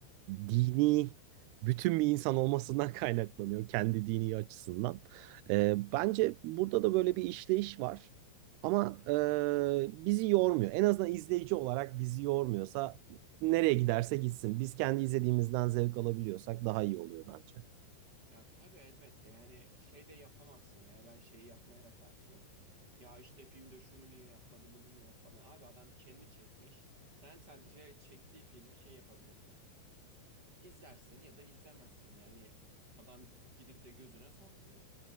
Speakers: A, on the right; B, on the right.
A: dini bütün bir insan olmasından <laughs> kaynaklanıyor. Kendi dini açısından. E, bence burada da böyle bir işleyiş var. Ama e, bizi yormuyor. En azından izleyici olarak bizi yormuyorsa nereye giderse gitsin. Biz kendi izlediğimizden zevk alabiliyorsak daha iyi oluyor bence.
B: Ya tabii elbette yani şey de yapamazsın yani ben şeyi yapmaya da karşıyım. Ya işte filmde şunu niye yapmadı bunu niye yapmadı. Abi adam kendi çekmiş. Sen sadece çektiği filmi şey yapabilirsin. İzlersin ya da izlemezsin. Yani adam gidip de gözüne sokmuyor.